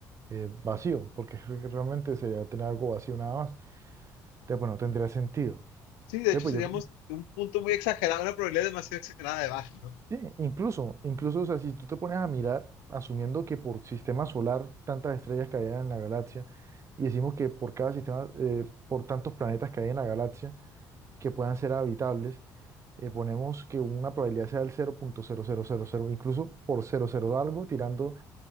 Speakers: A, on the right; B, on the left.
A: eh, vacío, porque es que realmente sería tener algo vacío nada más. Entonces, pues no tendría sentido.
B: Sí, de
A: Entonces,
B: hecho
A: pues
B: seríamos
A: yo creo
B: un punto muy exagerado, una probabilidad demasiado exagerada de baja, ¿no?
A: Sí, incluso, incluso, o sea, si tú te pones a mirar, asumiendo que por sistema solar tantas estrellas caían en la galaxia, y decimos que por cada sistema, eh, por tantos planetas que hay en la galaxia que puedan ser habitables, eh, ponemos que una probabilidad sea del cero punto cero cero cero punto cero, incluso por cero coma cero algo, tirando